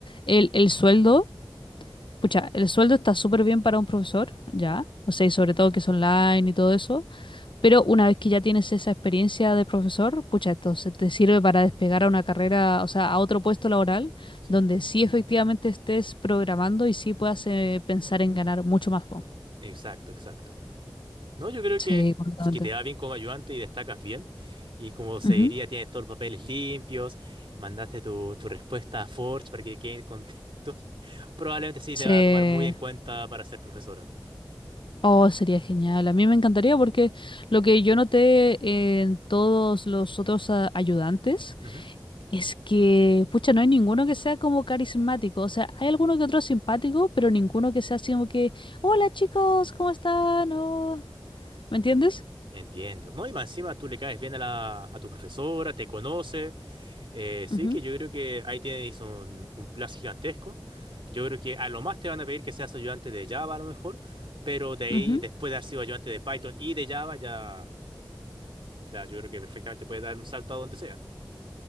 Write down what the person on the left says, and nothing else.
el, el sueldo, pucha, el sueldo está súper bien para un profesor, ya,
o sea, y sobre todo que es online y todo eso, pero una vez que ya tienes esa experiencia de profesor, pucha, esto se te sirve para despegar a una carrera, o sea, a otro puesto laboral,
donde sí efectivamente estés programando y sí puedas eh, pensar en ganar mucho más, po.
Sí,
completamente.
Ujú.
Sí.
Oh, sería genial. A mí me encantaría porque lo que yo noté en todos los otros ah, ayudantes
es que, pucha, no hay ninguno que sea como carismático. O sea, hay alguno que otro simpático, pero ninguno que sea así como que, hola chicos, ¿cómo están? Oh", ¿Me entiendes?
Ujú,
ujú.